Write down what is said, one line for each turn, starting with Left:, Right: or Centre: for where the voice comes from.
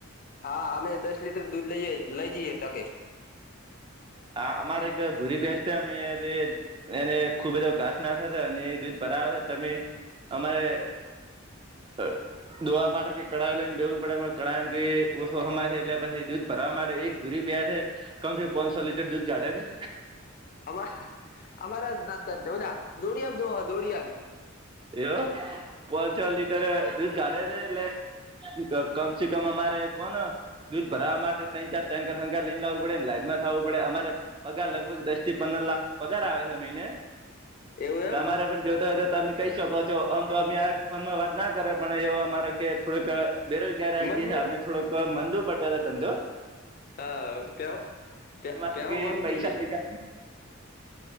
Left: હા અમે દસ લીટર દૂધ લઈએ લઈ જઈએ ટકે
Right: અમારે એક ભૂરી બેસ્યા અમે તે એને ખુબ બધો ઘાસ નાખે છે અને એ દૂધ બરાવેર છે તમે અમારે હ દોવા માટે કે કળાઈ લઈને ભેગું પડે કળામ કે ઓછો સમાય છે એટલે પછી દૂધ ભરવા માટે એક ભુરી પયા થ કમસે કમ પાંચસો લીટર દૂધ કાઢેે
Left: અમા અમારે દ દોડીિયામ દોડીિયામ
Right: એયો પાંચ છ લીટર દૂધ કાઢે છે એટલે કમ સ કમ અમારે કોન દૂધ ભરવા માટે ત્રણ ચાર ટેન્કર હંગાર લઈને આવું પડેને લાઈન માં થવું પડે અરે પગાર લગભગ દસ થી પંદર લાખ પગાર આવે છે મહિને
Left: એવું એમ
Right: તમારે પણ જોતો હોય તો તમે કહી શકો છો આમ તો અમે આ ફોનમાં વાત ના કરે પણ એ અમારે કે થોડુંક બેરોજગાર આ
Left: મજબૂત
Right: છે આપને થોડોક મંદો પડ્યો ધંધો
Left: હા પ પ
Right: કે
Left: પહેવો બુ
Right: પૈસા
Left: છે
Right: લઈ